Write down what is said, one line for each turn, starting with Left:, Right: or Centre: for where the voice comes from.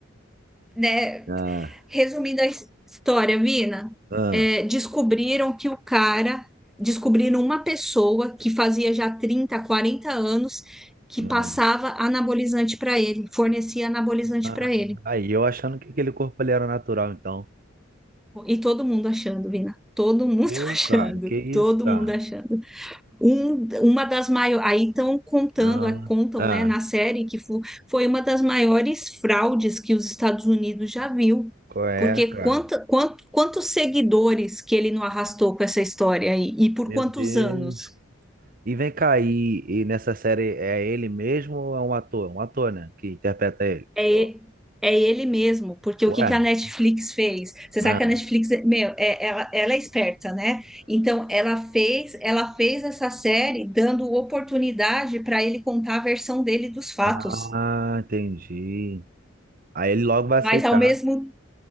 Centre: né?
Right: Ah.
Centre: Resumindo a his- história, Vina,
Right: Ah,
Centre: é, descobriram que o cara, descobriram uma pessoa que fazia já 30, 40 anos que
Right: ah,
Centre: passava anabolizante para ele, fornecia anabolizante
Right: ah.
Centre: para ele.
Right: Aí eu achando que aquele corpo ali era natural, então.
Centre: E todo mundo achando, Vina, todo mundo
Right: Pô,
Centre: <laughs> achando,
Right: cara, que isso,
Centre: todo
Right: cara?
Centre: mundo achando. Um, uma das maiores, aí estão contando,
Right: Ah,
Centre: a- contam,
Right: ah,
Centre: né, na série que fo- foi uma das maiores fraudes que os Estados Unidos já viu,
Right: qual é,
Centre: porque
Right: cara?
Centre: quanta, quant- quantos seguidores que ele não arrastou com essa história aí, e por
Right: Meu
Centre: quantos
Right: Deus.
Centre: anos?
Right: E vem cá, e, e nessa série é ele mesmo ou é um ator? Um ator, né? Que interpreta ele.
Centre: É,
Right: Ó,
Centre: e- é ele mesmo, porque o
Right: Ué?
Centre: que que a Netflix fez? Você
Right: Ah,
Centre: sabe que a Netflix, é- meu, é- ela, ela é esperta, né? Então, ela fez, ela fez essa série dando oportunidade para ele contar a versão dele dos fatos.
Right: ah, entendi. Aí ele logo vai
Centre: Mas
Right: aceitar.
Centre: ao mesmo